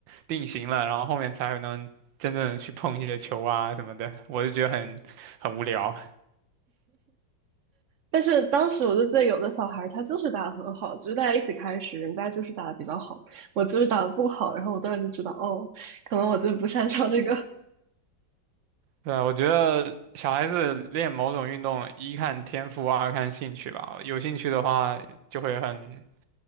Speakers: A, on the right; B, on the right.
A: 定型了，然后后面才能真正地去碰一些球啊什么的，我就觉得很很无聊。
B: 但是当时我就记得有的小孩儿他就是打得很好，就是大家一起开始，人家就是打得比较好，我就是打得不好，然后我当时就知道，哦，可能我就不擅长这个。<laughs>
A: 对啊，我觉得小孩子练某种运动，一看天赋，二看兴趣吧。有兴趣的话，就会很